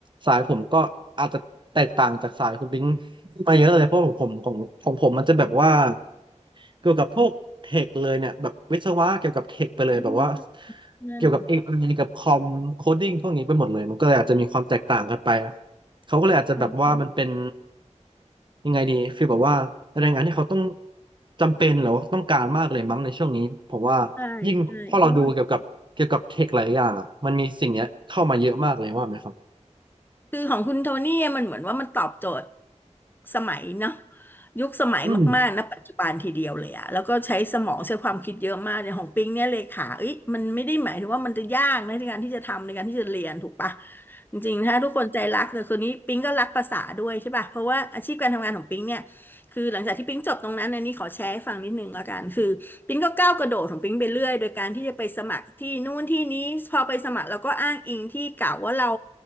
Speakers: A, on the right (about 40°); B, on the left (about 15°).
A: สายผมก็อาจจะแตกต่างจากสายคุณบิงมาเยอะเลยเพราะของผมของของผมมันจะแบบว่า เกี่ยวกับพวกเทคเลยเนี่ยแบบวิศวะเกี่ยวกับเทคไปเลยแบบว่า
B: อืมนั่น
A: เกี่ยวกับเอไอกับคอมโคดดิ้งพวกนี้ไปหมดเลยมันก็เลยอาจจะมีความแตกต่างกันไปเขาก็เลยอาจจะแบบว่ามันเป็น
B: คนข้าง
A: ยังไงดีฟีลแบบว่าแรงงานที่เขาต้องจำเป็นหรือว่าต้องการมากเลยมั้งในช่วงนี้ผมว่ายิ่งพอเราดูเกี่ยวกับเกี่ยวกับเทคหลายอย่างอ่ะมันมีสิ่งเนี้ยเข้ามาเยอะมากเลยว่าไหมครับ
B: ใช่ใช่เพราะว่า คือของคุณโทนี่มันเหมือนว่ามันตอบโจทย์สมัยเนาะยุคสมัยมากๆนะปัจจุบันทีเดียวเลยอะแล้วก็ใช้สมองใช้ความคิดเยอะมากในของปิงเนี่ยเลขาเอ้ยมันไม่ได้หมายถึงว่ามันจะยากนะในการที่จะทำในการที่จะเรียนถูกปะ
A: อืม
B: จริงๆถ้าทุกคนใจรักแต่คนนี้ปิงก็รักภาษาด้วยใช่ปะเพราะว่าอาชีพการทำงานของปิงเนี่ยคือหลังจากที่ปิ๊งจบตรงนั้นอันนี้ขอแชร์ให้ฟังนิดนึงละกันคือปิ๊งก็ก้าวกระโดดของปิ๊งไปเรื่อยโดยการที่จะไปสมัครที่นู่นที่นี้พอไปสมัครเราก็อ้างอิงที่เก่าว่าเรา